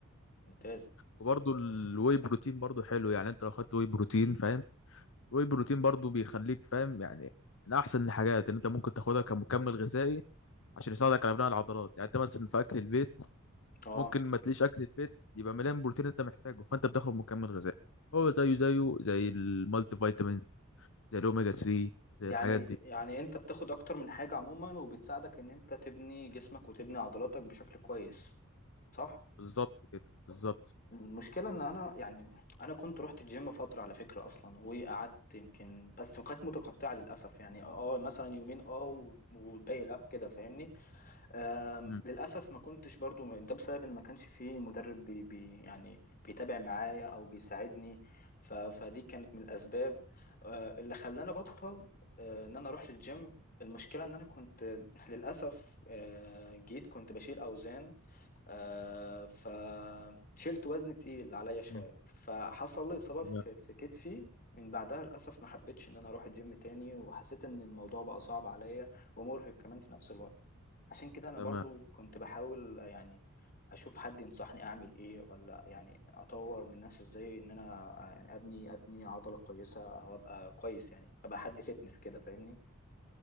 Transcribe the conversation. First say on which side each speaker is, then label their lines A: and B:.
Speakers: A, on the left; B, on the left.
A: ممتاز
B: وبرضه الواي بروتين برضه حلو يعني انت لو خدت واي بروتين فاهم الواي بروتين برضه بيخليك فاهم يعني من احسن الحاجات ان انت ممكن تاخدها كمكمل غذائي عشان يساعدك على بناء العضلات يعني انت مثلا في اكل البيت
A: اه
B: ممكن ما تليش اكل البيت يبقى مليان بروتين انت محتاجه فانت بتاخد مكمل غذائي هو زيه زيه زي المالتي فيتامين زي الأوميجا 3 زي
A: يعني
B: الحاجات دي
A: يعني انت بتاخد اكتر من حاجة عموما وبتساعدك ان انت تبني جسمك وتبني عضلاتك بشكل كويس صح؟
B: بالظبط كده بالظبط
A: المشكلة ان انا يعني انا كنت رحت الجيم فترة على فكرة اصلا وقعدت يمكن بس وكانت متقطعة للأسف يعني اه مثلا يومين اه والباقي لا كده فاهمني آم،
B: مم.
A: للأسف ما كنتش برضو ده بسبب إن ما كانش فيه مدرب بي بي يعني بيتابع معايا أو بيساعدني ف فدي كانت من الأسباب آه، اللي خلاني أبطل آه، إن أنا أروح للجيم المشكلة إن أنا كنت <laughs> للأسف آه، جيت كنت بشيل أوزان آه، فشلت وزن تقيل عليا شوية
B: مم.
A: فحصل لي إصابة
B: تمام
A: في في كتفي من بعدها للأسف ما حبيتش إن أنا أروح الجيم تاني وحسيت إن الموضوع بقى صعب عليا ومرهق كمان في نفس الوقت عشان كده انا
B: تمام
A: برضو كنت بحاول يعني اشوف حد ينصحني اعمل ايه ولا يعني اطور من نفسي ازاي ان انا يعني ابني ابني عضلة كويسة او ابقى كويس يعني ابقى حد فتنس كده فاهمني